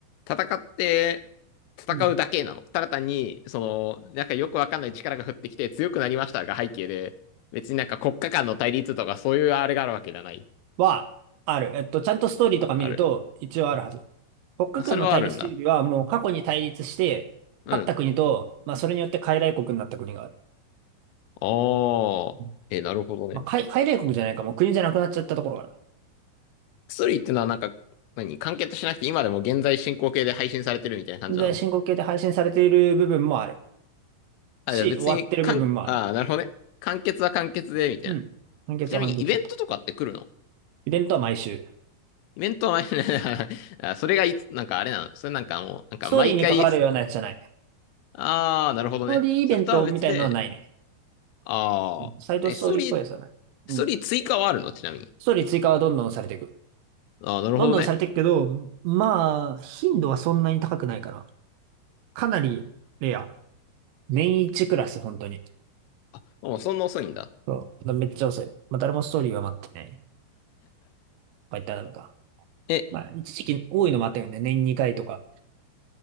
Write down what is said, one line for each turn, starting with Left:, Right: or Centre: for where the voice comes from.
Left: 戦って、戦うだけなの。
Right: うん。
Left: ただ単に、その、なんかよくわかんない力が降ってきて強くなりましたが背景で、別になんか国家間の対立とかそういうあれがあるわけじゃない。
Right: は、ある。えっと、ちゃんとストーリーとか見ると、
Left: あ、ある。
Right: 一応あるはず。国家間の対立というよりは、
Left: あ、それはあるんだ。
Right: もう過去に対立して、
Left: うん。
Right: 勝った国と、まあそれによって傀儡国になった国がある。
Left: ああ。
Right: うん
Left: え、なるほどね。
Right: まあ、傀傀儡国じゃないか、もう国じゃなくなっちゃったところがある。
Left: 薬ってのはなんか、何完結しなくて今でも現在進行形で配信されてるみたいな感じなの
Right: 現在進行形で配信されている部分もある。
Left: あ、
Right: し、
Left: じゃあ別に、
Right: 終わってる部分もある。
Left: かん、ああ、なるほどね。完結は完結で、みたいな。
Right: うん。判決は判決。
Left: ちなみにイベントとかって来るの
Right: イベントは毎週。
Left: イベントは毎回 <laughs> あそれがいつ、なんかあれなのそれなんかもう、なんか毎回、
Right: ストーリーに関わるようなやつじゃない。ス
Left: ああ、なるほどね。
Right: トーリーイベントみたいなのはないね。
Left: それとは別で、ああ、
Right: うんサイドストーリーっぽいやつはない。
Left: え、ストーリー、ストーリー追加はあるのちなみに。
Right: うん。ストーリー追加はどんどんされていく。
Left: ああ、なるほどね。
Right: どんどんされていくけど、まあ、頻度はそんなに高くないかな。かなりレア。年一クラス、本当に。
Left: あ、もうそんな遅いんだ。
Right: そう。めっちゃ遅い。まあ、誰もストーリーは待ってない。まあ、言ったらダメか。
Left: え、
Right: まあ、一時期多いのもあったよね。年2回とか